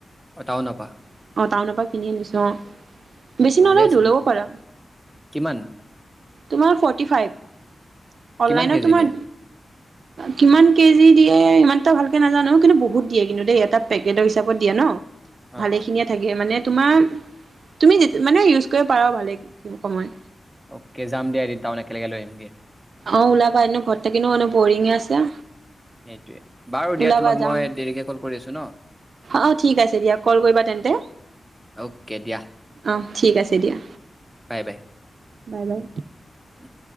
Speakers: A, in the centre; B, on the right.
A: অ টাউন পা
B: অ টাউনৰ পৰা কিনি আনিছো অ বেছি
A: ভালে
B: নলয়
A: আছে
B: টো ল'ব পাৰা।
A: কিমান
B: তোমাৰ ফৰ্টিফাইব অন-লাইনত
A: কিমান কেজি
B: তোমাৰ
A: দিয়ে
B: কিমান কেজি দিয়ে এ ইমানটা ভালকে নাজানো কিন্তু বহুত দিয়ে কিন্তু দেই এটা পেকেটৰ হিচাপত দিয়ে ন। ভালে
A: অ-অ
B: খিনিয়ে থাকে মানে তোমাৰ তুমি মানে ইউজ কৰিব পাৰা ভালে সোৰ সময়
A: অকে যাম দিয়া এদিন টাউন একেলগে লৈ আহিমগে।
B: অ ওলাবা এনো ঘৰতে <unintelligible> বৰিঙ আছে
A: সেইটোৱে বাৰু
B: ওলাবা
A: দিয়া তোমাক
B: যাম
A: মই দেৰিকে কল কৰি আছো ন
B: অ ঠিক আছে দিয়া কল কৰিবা তেন্তে
A: অকে দিয়া
B: অ ঠিক আছে দিয়া।
A: বাই-বাই
B: বাই-বাই
A: উম